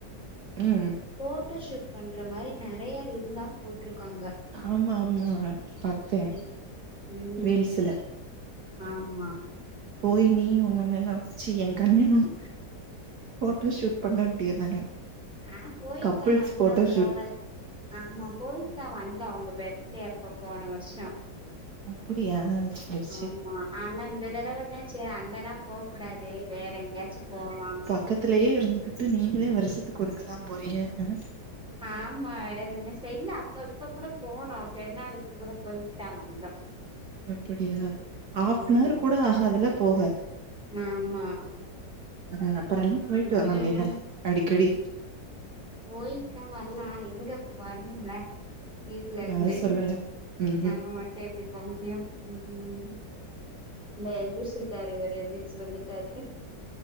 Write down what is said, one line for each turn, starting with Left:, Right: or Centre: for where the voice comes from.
Right: ம்
Centre: போட்டோஷூட் பண்ற மாரி நெறைய இதெல்லா போட்ருக்காங்க
Right: ஆமா ஆமா பாத்தேன்
Centre: ம் ம்
Right: ரீல்ஸ்ல
Centre: ஆமா
Right: போய் நீயும் உங்க அண்ணனு சீ எங்க அண்ணனும் போட்டோ ஷூட் பண்ண வேண்டியதானே
Centre: நா போயிட்
Right: கப்புள்ஸ்
Centre: தா வந்த
Right: போட்டோ
Centre: போன
Right: ஷூட்
Centre: ஆமா போயிட் தா வந்தோ அவங்க பெர்த்டே அப்ப போன வர்ஷம்
Right: அப்பிடியா சேர்
Centre: ஆமா
Right: சேர்
Centre: ஆனா இந்த தடவதா சேரி அங்கன்னா போ கூடாது வேற எங்கேயாச்சு போலா
Right: பக்கத்திலேயே இருந்துகிட்டு நீங்களே வருஷத்துக்கு ஒருக்காதா போறீங்க அ
Centre: ஆமா வேற என்ன செய் இல்ல அப்ப இப்ப கூட போனோ பெருநாளுக்கு கூட போயிட்டு தா வந்தோ
Right: அப்படியா ஹாஃப்னவர்
Centre: ம்
Right: கூட ஆகாது இல்ல போக
Centre: ஆமா
Right: அ அப்புறோ என்ன போயிட்டு
Centre: ம்
Right: வரவேண்டியதானே அடிக்கடி
Centre: போயிட் தா வர்லா எங்கப் வரணுமில்ல வீட்ல இருந்து
Right: அதா சொல்லுங்க ம்
Centre: நம்ம மட்டு எப்டி போ முடியு ம் ம் இல்ல எந்திரிச்சிட்டாரு இவர் எந்திரிச்சு வந்துட்டாரு